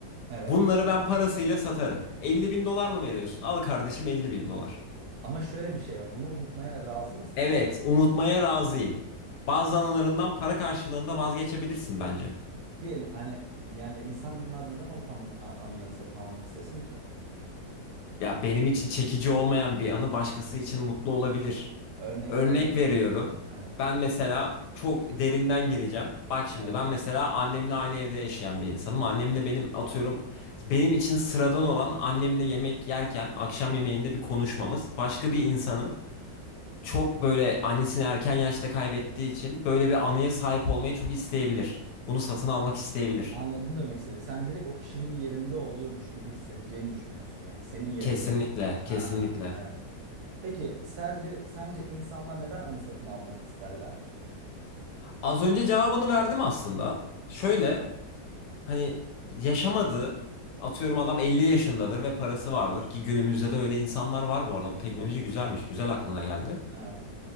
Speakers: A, on the right; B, on the left.
A: Evet.
B: Bunları ben parasıyla satarım. 50 bin dolar mı veriyorsun? Al kardeşim 50 bin dolar.
A: Ama şöyle bir şey var. Bunu unutmaya razı mısın
B: Evet,
A: yani?
B: unutmaya razıyım. Bazı anılarından para karşılığında vazgeçebilirsin bence.
A: Diyelim hani yani insanlar neden o pan a- anıları satın almak istesin ki?
B: Ya benim için çekici olmayan bir anı başkası için mutlu olabilir.
A: Örnek
B: Örnek
A: örneğin
B: veriyorum.
A: evet.
B: Ben mesela çok derinden gireceğim. Bak şimdi
A: Evet.
B: ben mesela annemle aynı evde yaşayan bir insanım. Annemle benim atıyorum benim için sıradan olan annemle yemek yerken akşam yemeğinde bir konuşmamız başka bir insanın çok böyle annesini erken yaşta kaybettiği için böyle bir anıya sahip olmayı çok isteyebilir. Bunu satın almak isteyebilir.
A: Anladım demek istediğini. Sen direkt o kişinin yerinde oluyormuş gibi hissedeceğini düşünüyorsun yani. Senin yerinde
B: Kesinlikle,
A: ol. Ha,
B: kesinlikle.
A: evet. Peki sence sence insanlar neden anı satın almak isterler?
B: Az önce cevabını verdim aslında. Şöyle hani yaşamadı. Atıyorum adam 50 yaşındadır ve parası vardır ki günümüzde de öyle insanlar var bu arada. Bu teknoloji güzelmiş. Güzel aklına
A: E-
B: geldi.
A: Evet,